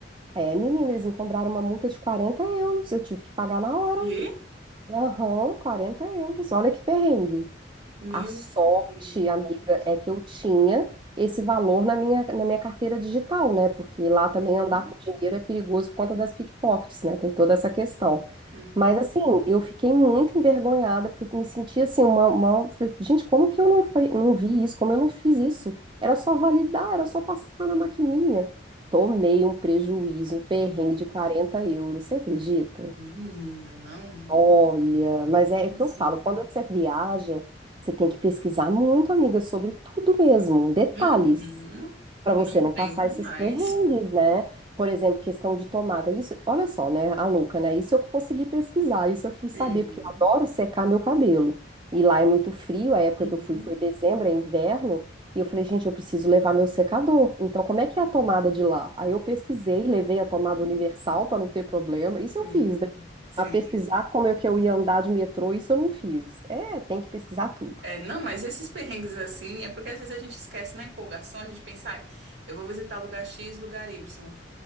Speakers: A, on the right (about 25°); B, on the right (about 65°).
A: É, menina, eles me cobraram uma multa de 40 euros. Eu tive que pagar na hora.
B: Quê?
A: Aham, 40 euros. Olha que perrengue.
B: Meu
A: A sorte,
B: Deus.
A: amiga, é que eu tinha esse valor na minha, na minha carteira digital, né? Porque lá também
B: Uhum.
A: andar com dinheiro é perigoso por conta das pickpockets, né? Tem toda essa questão.
B: Uhum.
A: Mas assim, eu fiquei muito envergonhada, porque eu me senti assim, uma, uma... Falei, gente, como que eu não, fui- não vi isso? Como eu não fiz isso? Era só validar, era só passar na maquininha. Tomei um prejuízo, um perrengue
B: Nossa,
A: de 40 euros, você acredita?
B: menina, não.
A: Olha, mas
B: Jesus.
A: é o que eu falo, quando você viaja, você tem que pesquisar muito, amiga, sobre tudo mesmo, detalhes,
B: Uhum.
A: para você
B: Não entende
A: não passar esses
B: mais.
A: perrengues, né? Por exemplo, questão de tomada. Isso, olha só, né, a louca, né? Isso eu consegui pesquisar, isso eu fui saber,
B: Sim.
A: porque eu adoro secar meu cabelo. E lá é muito frio, a época
B: Uhum.
A: que eu fui foi dezembro, é inverno, e eu falei, gente, eu preciso levar meu secador. Então, como é que é a tomada de lá? Aí eu pesquisei, levei a tomada universal para não ter problema. Isso
B: Sim.
A: eu fiz,
B: Sim.
A: a pesquisar como é que eu ia andar de metrô, isso eu não fiz. É, tem que pesquisar tudo.
B: É, não, mas esses perrengues assim, é porque às vezes a gente esquece na empolgação, a gente pensa, "Ai, eu vou visitar lugar X, lugar Y.